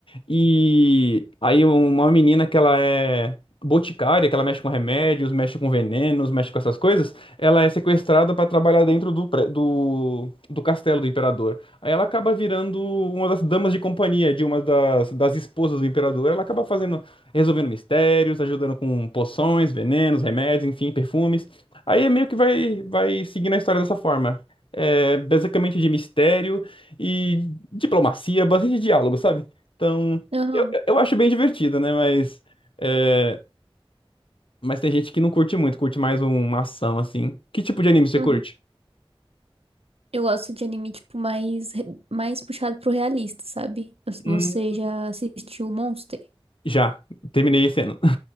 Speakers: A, on the left; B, on the right.
A: E aí uma menina que ela é boticária, que ela mexe com remédios, mexe com venenos, mexe com essas coisas, ela é sequestrada pra trabalhar dentro do, pre- do, do castelo do imperador. Aí ela acaba virando uma das damas de companhia de uma das, das esposas do imperador. Ela acaba fazendo resolvendo mistérios, ajudando com poções, venenos, remédios, enfim, perfumes. Aí meio que vai, vai seguindo a história dessa forma. É basicamente de mistério e diplomacia, bastante diálogo, sabe? Então,
B: <laughs> Aham.
A: eu, eu acho bem divertido, né? Mas, é, mas tem gente que não curte muito, curte mais uma ação, assim. Que tipo de anime você
B: Uhum.
A: curte?
B: Eu gosto de anime, tipo, mais, re- mais puxado pro realista, sabe? Você
A: Hum,
B: já assistiu Monster?
A: já, terminei esse ano.